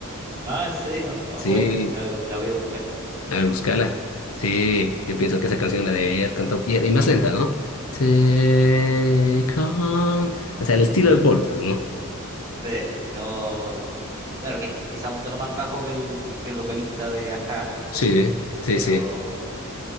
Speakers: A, on the right; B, on the left.
A: Ah, en serio. Ah,
B: Sí.
A: buena, la, voy la voy a buscar.
B: A ver, búscala. Sí, yo pienso que esa canción la debía haber cantado. Y, y más lenta, ¿no? Take on. O sea, el estilo de Paul, pues, ¿no?
A: Sí, no. Claro que es que quizá un tono más bajo que el, que el vocalista de acá,
B: Sí, sí,
A: pero.
B: sí.